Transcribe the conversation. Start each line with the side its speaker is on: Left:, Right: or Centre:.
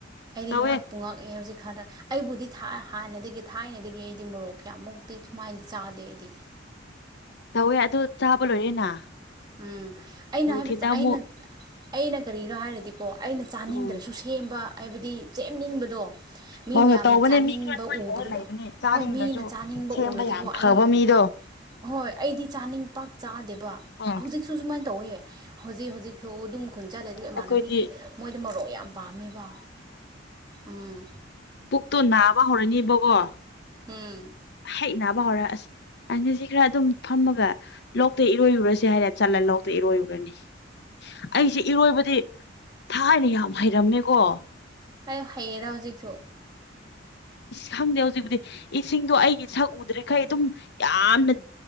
Right: ꯑꯩꯔꯤꯡ
Left: ꯇꯧꯋꯦ
Right: ꯉꯍꯥꯛ ꯄꯨꯡꯉꯛꯑꯦ ꯍꯧꯖꯤꯛ ꯈꯂꯦ ꯑꯩꯕꯨꯗꯤ ꯍꯥꯟꯅꯗꯒꯤ ꯊꯥꯏꯅꯗꯒꯤ ꯑꯩꯗꯤ ꯃꯣꯔꯣꯛ ꯀꯌꯥꯃꯨꯛꯇꯤ ꯁꯨꯃꯥꯏꯅꯗꯤ ꯆꯥꯗꯦ ꯑꯩꯗꯤ
Left: ꯇꯧꯋꯦ ꯑꯗꯨ ꯆꯥꯕ ꯂꯣꯏꯔꯦꯅ
Right: ꯎꯝ ꯑꯩꯅ
Left: ꯅꯨꯡꯊꯤꯟꯗ
Right: ꯍꯥꯏꯕ
Left: ꯑꯃꯨꯛ
Right: ꯑꯩꯅ ꯑꯩꯅ ꯀꯔꯤꯔꯣ ꯍꯥꯏꯔꯗꯤꯀꯣ ꯑꯩꯅ ꯆꯥꯅꯤꯡꯗ꯭ꯔꯁꯨ
Left: ꯎꯝ
Right: ꯁꯦꯝꯕ ꯍꯥꯏꯕꯗꯤ ꯆ ꯁꯦꯝꯅꯤꯡꯕꯗꯣ ꯃꯤ
Left: ꯍꯣꯏ
Right: ꯃꯌꯥꯝꯅ
Left: ꯍꯣꯏ ꯇꯧꯕꯅꯦ
Right: ꯆꯥꯅꯤꯡꯕ
Left: ꯃꯤ ꯈꯔ ꯑꯗꯨꯃꯥꯏꯅ
Right: ꯎꯕꯗꯨꯗ
Left: ꯇꯧꯔ ꯂꯩꯕꯅꯦ ꯆꯥꯅꯤꯡꯗ꯭ꯔꯁꯨ
Right: ꯍꯣꯏ ꯃꯤꯅ ꯆꯥꯅꯤꯡꯕ
Left: ꯁꯦꯝꯕ
Right: ꯎꯔꯗꯤꯀꯣ
Left: ꯌꯥꯝ ꯐꯕ
Right: ꯑꯩ
Left: ꯃꯤꯗꯣ
Right: ꯍꯣꯏ ꯑꯩꯗꯤ ꯆꯥꯅꯤꯡ ꯄꯥꯛ ꯆꯥꯗꯦꯕ
Left: ꯑꯣ
Right: ꯍꯧꯖꯤꯛꯁꯨ ꯁꯨꯃꯥꯏꯅ ꯇꯧꯋꯦ ꯍꯧꯖꯤꯛ ꯍꯧꯖꯤꯛꯐꯥꯎ ꯑꯗꯨꯝ ꯈꯨꯟ ꯆꯜꯂꯦꯗ ꯏꯃꯥꯟꯅꯕꯤꯗꯤ
Left: ꯑꯩꯈꯣꯏꯗꯤ
Right: ꯃꯣꯏꯗ ꯃꯣꯔꯣꯛ ꯌꯥꯝ ꯄꯥꯝꯃꯦꯕ ꯎꯝ
Left: ꯄꯨ ꯕꯥ ꯍꯧꯔꯅꯤ ꯏꯕꯀꯣ
Right: ꯎꯝ
Left: ꯍꯦꯛ ꯅꯥꯕ ꯍꯧꯔꯛꯑꯁ ꯑ ꯉꯁꯤ ꯈꯔ ꯑꯗꯨꯝ ꯐꯝꯃꯒ ꯂꯣꯛꯇ ꯏꯔꯣꯏꯔꯨꯔꯁꯤꯦ ꯍꯥꯏꯔꯦ ꯆꯠꯂ ꯂꯧꯗ ꯏꯔꯣꯏꯔꯨꯔꯅꯤ ꯑꯩꯁꯦ ꯏꯔꯣꯏꯕꯗꯤ ꯊꯥꯏꯅ ꯌꯥꯝ ꯍꯩꯔꯝꯃꯦꯀꯣ
Right: ꯑꯩ ꯍꯩꯌꯦꯗ ꯍꯧꯖꯤꯛꯁꯨ
Left: ꯈꯪꯗꯦ ꯍꯧꯖꯤꯛꯄꯨꯗꯤ ꯏꯁꯤꯡꯗꯣ ꯑꯩꯒꯤ ꯁꯛ ꯎꯗ꯭ꯔꯤꯈꯩ ꯑꯗꯨꯝ ꯌꯥꯝꯅ